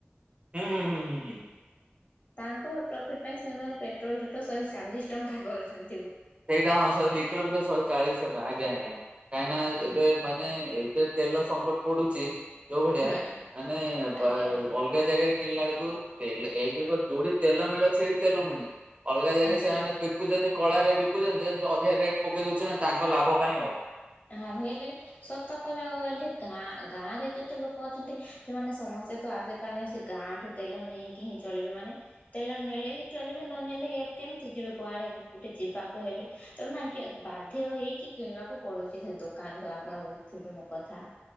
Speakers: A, on the right (about 30°); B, on the left (about 40°).
A: ହୁଁ ହୁଁ ହୁଁ ହୁଁ।
B: ତାଙ୍କର ପ୍ରଫିଟ ପାଇଁ ସେମାନେ ପେଟ୍ରୋଲ ଲିଟର ଶହେ ଚାଳିଶ ଟଙ୍କା କରିଛନ୍ତି।
A: ସେଇଟା ହଁ ଶହେ ଲିଟର ବି ତ ଶହେ ଚାଳିଶ ଟଙ୍କା ଆଜ୍ଞା ଆଜ୍ଞା। କାହିଁନା
B: ହୁଁ
A: ଏବେ ମାନେ ଏତେ ତେଲ ସଟ୍ କଟ୍ ପଡୁଛି ଯୋଉ ଭଳିଆ
B: ହୁଁ
A: ମାନେ
B: ଆଜ୍ଞା
A: ଅଲଗା ଜାଗାରେ କିଣିଲା ବେଳକୁ ଏକରେ ତ ଯୋଉଠି ତେଲ ମିଳେ ସେଠି ତେଲ ମିଳୁ ଅଲଗା ଜାଗା
B: ଆଜ୍ଞା।
A: ସେମାନେ ବିକୁଛନ୍ତି। କଳାରେ ବି। ବିକୁଛନ୍ତି ଅଧିକା ରେଟ୍ ପକେଇ ଦଉଛନ୍ତି ତାଙ୍କ ଲାଭ ପାଇଁ ଆଉ।
B: ହଉ ହେଲେ ସତ କହିବାକୁ ଗଲେ ଗାଁ ଗାଁ ରେ ଯେତେ ଲୋକ ଅଛନ୍ତି ସେମାନେ ସମସ୍ତେ ତ ଆସିପାରନେ ସେ ଗାଁ ଠୁ ତେଲ ନେଇକି ହିଁ ଚଳିବେ ମାନେ ତେଲ ନେଲେ ହିଁ ଚଲିବେ ନ ନେଲେ କେମିତି ଯିବେ କୁଆଡେ ଗୋଟେ ଯିବାକୁ ହେଲେ ତମ ସାଙ୍ଗେ ବାଧ୍ୟ ହେଇକି କିଣିବାକୁ ପଡୁଛି ସେ ଦୋକାନୁ ରୁ ଆପଣଥିବେ ମୋ କଥା।